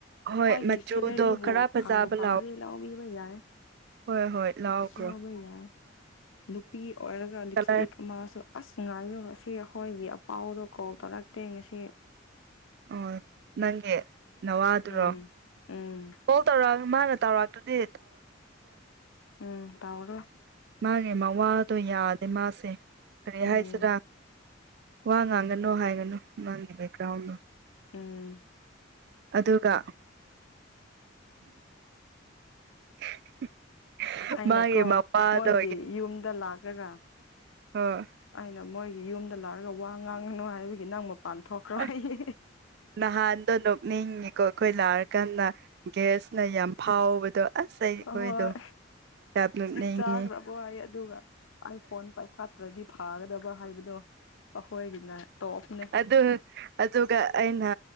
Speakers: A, on the right; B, on the left.
A: ꯍꯣꯏ
B: ꯑꯩꯈꯣꯏꯒꯤ
A: ꯃꯆꯨꯗꯣ
B: ꯁꯦꯂꯔꯤꯕꯨ
A: ꯈꯔ ꯐꯖꯕ
B: ꯐꯪꯕꯨ ꯐꯪꯗꯤ
A: ꯂꯥꯎ
B: ꯂꯧꯕꯤꯕ ꯌꯥꯏ
A: ꯍꯣꯏ ꯍꯣꯏ ꯂꯥꯛꯑꯣꯈ꯭ꯔꯣ
B: ꯂꯧꯕ ꯌꯥꯏ ꯅꯨꯄꯤ ꯑꯣꯏꯔꯒ ꯂꯤꯞꯁꯇꯤꯛ
A: ꯀꯂꯔ
B: ꯃꯥꯁꯨ ꯑꯁ ꯉꯥꯏꯌꯨ ꯉꯁꯤ ꯑꯩꯈꯣꯏꯒꯤ ꯑꯄꯥꯎꯗꯣ ꯀꯣꯜ ꯇꯧꯔꯛꯇꯦ ꯉꯁꯤ
A: ꯑꯣ ꯅꯪꯒꯤ ꯅꯋꯥꯗꯨꯔꯣ
B: ꯎꯝ ꯎꯝ
A: ꯀꯣꯜ ꯇꯧꯔꯛꯑꯒ ꯃꯥꯅ ꯇꯧꯔꯛꯇ꯭ꯔꯥꯗꯤ
B: ꯎꯝ ꯇꯧꯔꫭ
A: ꯃꯥꯒꯤ ꯃꯋꯥꯗꯣ ꯌꯥꯗꯦ ꯃꯥꯁꯦ ꯀꯔꯤ
B: ꯎꯝ
A: ꯍꯥꯏꯁꯤꯔꯥ ꯋꯥ ꯉꯥꯡꯒꯅꯨ ꯍꯥꯏꯒꯅꯨ ꯅꯪꯒꯤ ꯕꯦꯛꯒ꯭ꯔꯥꯎꯟꯗꯣ
B: ꯎꯝ
A: ꯑꯗꯨꯒ <inaudible>
B: ꯑꯩꯅꯀꯣ
A: ꯃꯥꯒꯤ ꯃꯄꯥꯗꯣ
B: ꯃꯣꯏꯒꯤ ꯌꯨꯝꯗ ꯂꯥꯛꯑꯒ
A: ꯑ
B: ꯑꯩꯅ ꯃꯣꯏꯒꯤ ꯌꯨꯝꯗ ꯂꯥꯔꯥꯒ ꯋꯥ ꯉꯥꯡꯉꯅꯨ ꯍꯥꯏꯕꯒꯤ ꯅꯪ ꯃꯄꯥꯟ ꯊꯣꯛꯈ꯭ꯔꯣ
A: ꯑꯁ
B: ꯍꯥꯏꯌꯦ
A: ꯅꯍꯥꯟꯗꯣ ꯅꯣꯛꯅꯤꯡꯉꯤꯀꯣ ꯑꯩꯈꯣꯏ ꯂꯥꯛꯔꯀꯥꯟꯗ ꯒꯦꯁꯅ ꯌꯥꯝ ꯐꯥꯎꯕꯗꯣ ꯑꯁ ꯑꯩ ꯑꯩꯈꯣꯏꯗꯣ
B: ꯑꯍꯣꯏ
A: ꯌꯥꯝ ꯅꯣꯛꯅꯤꯡꯉꯤ
B: ꯆꯥꯛ ꯆꯥꯈ꯭ꯔꯥꯕꯣ ꯍꯥꯏꯌꯦ ꯑꯗꯨꯒ ꯑꯩ ꯐꯣꯟ ꯄꯥꯏꯈꯠ ꯒꯗꯤ ꯐꯥꯒꯗꯕ ꯍꯥꯏꯕꯗꯣ ꯑꯈꯣꯏꯒꯤꯅ ꯇꯣꯞꯅꯦ
A: ꯑꯗꯨ ꯑꯗꯨꯒ ꯑꯩꯅ